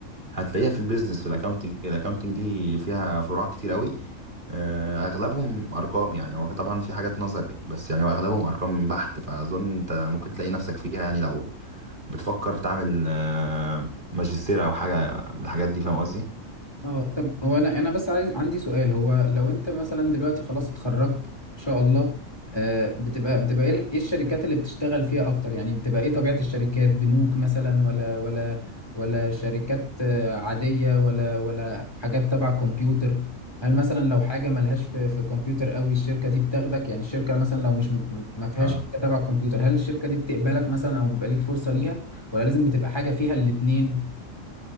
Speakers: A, on the right; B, on the left.
A: هتلاقيها في البيزنس في الاكونتنج الاكونتنج دي فيها فروع كتير قوي آه، اغلبهم ارقام يعني هو طبعا في حاجات نظري بس يعني هو اغلبهم ارقام بحت فاظن انت ممكن تلاقي نفسك فيها يعني لو بتفكر تعمل آه، ماجستير او حاجه من الحاجات دي فاهم قصدي
B: اه طب هو انا انا بس عايز عندي سؤال هو لو انت مثلا دلوقتي خلاص اتخرجت ان شاء الله آه بتبقى بتبقى ايه إيه الشركات اللي بتشتغل فيها اكتر يعني بتبقى ايه طبيعة الشركات بنوك مثلا ولا ولا ولا شركات آه، عادية ولا ولا حاجات تبع كمبيوتر هل مثلا لو حاجة ملهاش في في كمبيوتر قوي الشركة دي بتاخدك يعني الشركة مثلا لو مش م- ما فيهاش
A: اه
B: حاجة تبع كمبيوتر هل الشركة دي بتقبلك مثلا او بيبقى ليك فرصة ليها ولا لازم بتبقى حاجة فيها الاتنين